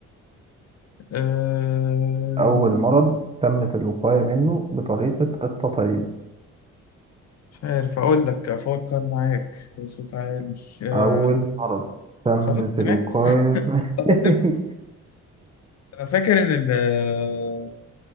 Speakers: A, on the left; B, on the right.
A: أه...
B: أول مرض تمت الوقاية منه بطريقة التطعيم
A: مش عارف اقول لك افكر معاك بصوت عالي أه...
B: أول مرض تمت
A: خلاص سمعت
B: الوقاية
A: <laughs> خلاص
B: <laughs>
A: سيبني أفكر. انا فاكر ان ال آه،